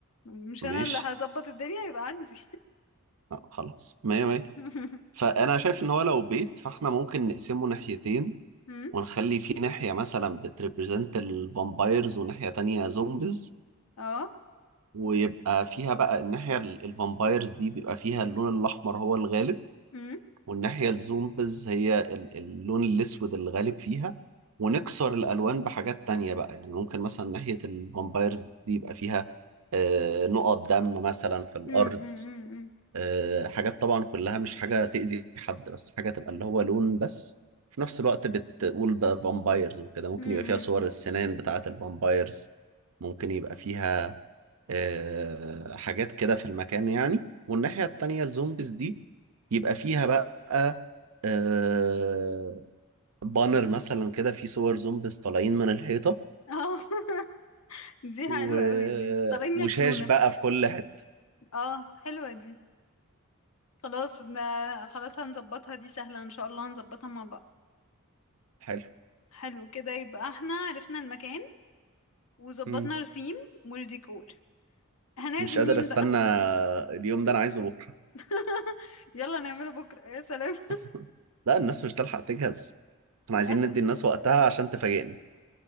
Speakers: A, on the left; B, on the right.
A: مش
B: ماشي
A: انا اللي هظبط الدنيا يبقى عندي
B: آه، خلاص مية
A: <laughs>
B: مية فانا شايف ان هو لو بيت فاحنا ممكن نقسمه ناحيتين
A: أمم،
B: ونخلي فيه ناحية مثلا بتريبريزنت الفامبايرز وناحية تانية زومبيز
A: اه
B: ويبقى فيها بقى الناحية ال- الفامبايرز دي بيبقى فيها اللون الأحمر هو الغالب
A: أمم،
B: والناحية الزومبز هي ال- اللون الأسود الغالب فيها ونكسر الألوان بحاجات تانية بقى يعني ممكن مثلا ناحية الفامبايرز دي يبقى فيها آه، نقط دم مثلا في الأرض
A: أمم، أمم،
B: آه، حاجات طبعا كلها مش حاجة تأذي حد بس حاجة تبقى اللي هو لون بس في نفس الوقت بتقول بقى فامبايرز وكده ممكن
A: أمم، أمم،
B: يبقى فيها صور السنان بتاعة الفامبايرز ممكن يبقى فيها آه، حاجات كده في المكان يعني والناحية التانية الزومبيز دي يبقى فيها بقى آه، بانر مثلا كده فيه صور زومبيز طالعين من الحيطة
A: اه <laughs> دي
B: و...
A: حلوة قوي دي طالعين
B: وشاش
A: ياكلونا
B: بقى في كل حتة
A: اه حلوة دي خلاص ده خلاص هنظبطها دي سهلة ان شاء الله هنظبطها مع بعض
B: حلو
A: حلو كده يبقى احنا عرفنا المكان وظبطنا
B: مم.
A: الثيم والديكور هنعزم
B: مش قادر
A: مين
B: استنى
A: بقى
B: اليوم ده انا عايزه بكرة
A: <laughs> يلا نعمله بكرة يا سلام
B: <laughs> لا الناس مش تلحق تجهز
A: <laughs>
B: احنا
A: للأسف
B: عايزين ندي الناس وقتها عشان تفاجئنا